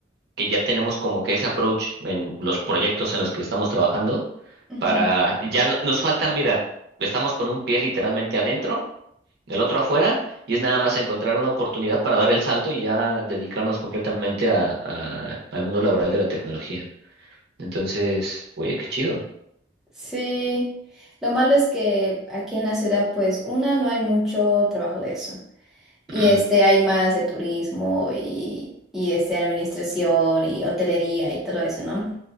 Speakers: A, on the right; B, in the centre.
A: que ya tenemos como que ese approach en los proyectos en los que estamos trabajando
B: ujú.
A: para, ya no- nos falta, mira, estamos con un pie literalmente adentro el otro afuera, y es nada más encontrar una oportunidad para dar el salto y ya dedicarnos completamente a, a- al mundo laboral de la tecnología. Entonces, oye, qué chido.
B: Sí. Lo malo es que aquí en la ciudad, pues, una, no hay mucho trabajo de eso. Y
A: Mm,
B: este, hay más de turismo y, y este, administración y hotelería y todo eso, ¿no?